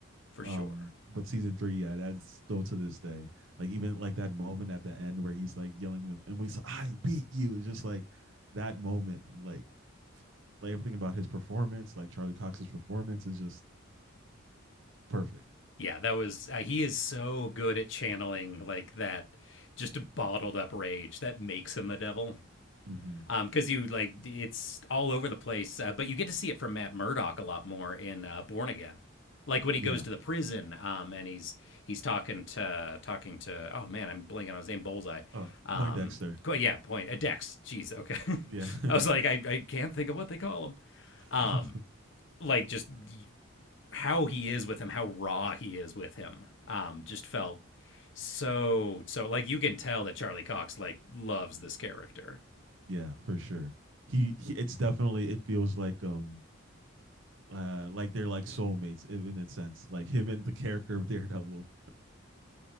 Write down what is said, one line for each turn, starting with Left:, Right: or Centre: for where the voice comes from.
Left: for
Right: Um,
Left: sure.
Right: but season three, yeah, that's still to this day. Like even like that moment at the end where he's like yelling and we said, I beat you. It's just like that moment, like like everything about his performance, like Charlie Cox's performance is just perfect.
Left: Yeah, that was uh, he is so good at channeling like that just bottled up rage that makes him a devil.
Right: hmm
Left: Um, because you like it's all over the place, uh, but you get to see it from Matt Murdock a lot more in uh, Born Again, like when he
Right: Yeah.
Left: goes to the prison, um, and he's he's talking to talking to oh man, I'm blanking on his name, Bullseye,
Right: Uh
Left: um,
Right: Poindexter.
Left: co- yeah, point a uh, Dex. Jeez, okay, <laughs>
Right: Yeah.
Left: I was like I I can't think of what they call him, um,
Right: <laughs>
Left: like just how he is with him, how raw he is with him, um, just felt so so like you can tell that Charlie Cox like loves this character
Right: yeah, for sure. He, he it's definitely it feels like um uh like they're like soulmates in, in a sense, like him and the character of Daredevil.